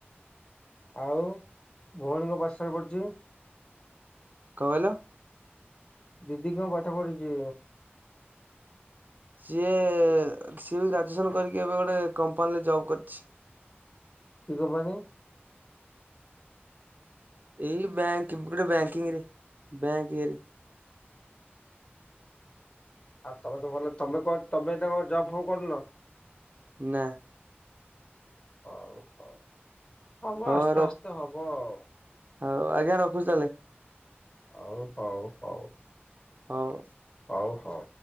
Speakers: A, on the left (about 30°); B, on the right (about 45°).
A: ଆଉ ଭଉଣୀ କଣ ପାଠ ସାଠ ପଢ଼ିଛି?
B: କଣ କହିଲ?
A: ଦିଦି କଣ ପାଠ ପଢିଛି?
B: ସିଏ ସିଏ ଗ୍ରାଜୁଏସନ କରିକି ଏବେ ଗୋଟେ କମ୍ପାନୀରେ ଜବ୍ କରିଛି।
A: କି କମ୍ପାନୀ?
B: ଏଇ ବ୍ୟାଙ୍କ <unintelligible> ବ୍ୟାକିଂରେ ବ୍ୟାଙ୍କ ଇଏରେ।
A: ଆଉ ତମେ ତ ଭଲ ତମେ କଣ ତମେ ତାଙ୍କ ଜବ ଫବ କରୁନ?
B: ନା
A: ହଉ ହଉ ହବ
B: ହଉ
A: ଆସ୍ତେ
B: ରଖ
A: ଆସ୍ତେ ହବଆଉ।
B: ହଉ ଆଜ୍ଞା ରଖୁଛୁ ତାହେଲେ।
A: ଆଉ ହଉ ହଉ।
B: ହଉ।
A: ହଉ ହଉ।